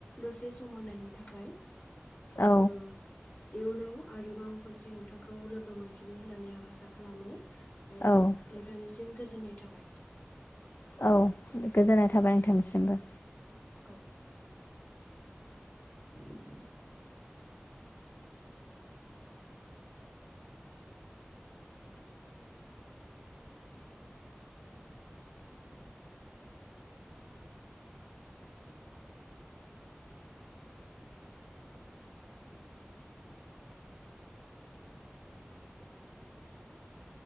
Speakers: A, on the left; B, on the left.
A: दसे सम होनायनि थाखाय।
B: औ
A: ओ इउन नाव आरोबाव खनसे नोंथांखौ लोगो मोनफिनगोन होननानै आं आसा खालामो। ओ नोंथांनि
B: औ
A: गोजोननाय थाबाय
B: औ गोजोननाय थाबाय नोंथांनिसिमबो।
A: औ <inaudible> औ